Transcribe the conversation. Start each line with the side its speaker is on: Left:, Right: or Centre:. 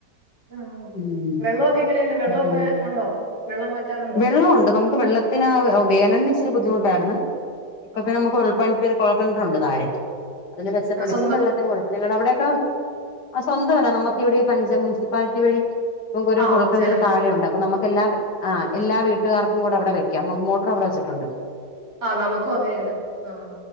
Right: ആഹ്
Left: ഉം
Right: വെള്ളമൊക്കെ എങ്ങനെയുണ്ട് വെള്ളമൊക്കെ
Left: ഉം
Right: ഉണ്ടോ വെള്ളം വറ്റാറുണ്ടോ
Left: വെള്ളോണ്ട് നമുക്ക് വെള്ള ത്തിന് വേനലിന് ഇച്ചിരി ബുദ്ധിമുട്ടായിരുന്നു ഇപ്പൊ
Right: ആ
Left: ഇപ്പ നമുക്ക് ഉൾപ്പ കൊഴൽ കിണറുണ്ട് താഴെ അതില് വെച്ചിട്ടുണ്ട്
Right: ആ, സ്വന്തം
Left: ഇപ്പം വെള്ളത്തിന്കൊ നിങ്ങള അവിടേക്ക ആഹ് സ്വന്തമല്ലെ നമുക്ക് ഇവിടെ ഈ പഞ്ച മുൻസിപ്പാലിറ്റി വഴി ഇപ്പം ഒരു
Right: ആഹ്
Left: ഫുൾക്കണ്ടറ്
Right: ജലനിധി
Left: താഴെ ഉണ്ട് അപ്പൊ നമുക്ക് എല്ലാ ആഹ് എല്ലാ വീട്ടുകാർക്കും കൂടെ അവിടെ വെക്കാം മോട്ടറ് അവിടെ വെ ച്ചിട്ടുണ്ട്
Right: ആഹ് നമുക്കും അങ്ങനേണ് ആഹ്